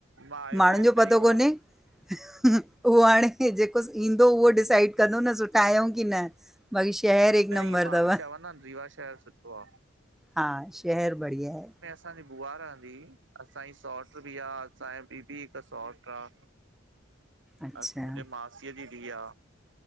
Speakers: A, on the right; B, in the centre.
A: मां आयो
B: माण्हुन
A: आहियां
B: जो पतो
A: न रीवा
B: कोन्हे।
A: में
B: उहो हाणे जेको ईंदो उहो डिसाइड कंदो न सुठा आहियूं की न। बाक़ी शहर हिकु
A: न
B: नंबर
A: ई माण्हू
B: अथव
A: चवंदा आहिन रीवा शहर सुठो आ।
B: हा शहर बढ़िया है।
A: असांजी बुआ रहंदी असांजी सौट बि आ असांजी ॿीबी हिक सौट आ।
B: अच्छा
A: मुहिंजे मासी जी धीय या।